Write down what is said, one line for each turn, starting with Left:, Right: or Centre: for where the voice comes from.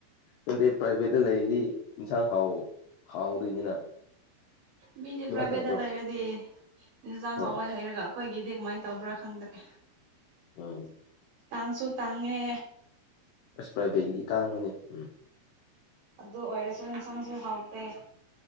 Left: ꯅꯠꯇꯦ ꯄ꯭ꯔꯥꯏꯚꯦꯠꯇ ꯂꯩꯔꯤꯗꯤ ꯏꯟꯁꯥꯡ ꯍꯥꯎ ꯍꯥꯎꯗꯣꯏꯅꯤꯅ
Right: ꯃꯤꯗꯤ
Left: ꯑꯗꯨꯃꯥꯏꯅ
Right: ꯄ꯭ꯔꯥꯏꯕꯦꯗ
Left: ꯇꯧꯗ꯭ꯔꯣ
Right: ꯂꯩꯔꯗꯤ ꯏꯟꯁꯥꯡ
Left: ꯍꯣꯏ
Right: ꯍꯥꯎꯋꯏ ꯍꯥꯏꯩꯔꯒ ꯑꯩꯈꯣꯏꯒꯤꯗꯤ ꯀꯃꯥꯏꯅ ꯇꯧꯕ꯭ꯔꯥ ꯈꯪꯗꯒꯦ
Left: ꯎꯝ
Right: ꯇꯥꯡꯁꯨ ꯇꯥꯡꯉꯦ
Left: ꯑꯁ ꯄ꯭ꯔꯥꯏꯚꯦꯠꯒꯤ ꯇꯥꯡꯕꯅꯦ ꯎꯝ
Right: ꯑꯗꯨ ꯑꯣꯏꯔꯁꯨ ꯏꯟꯁꯥꯡꯁꯨ ꯍꯥꯎꯇꯦ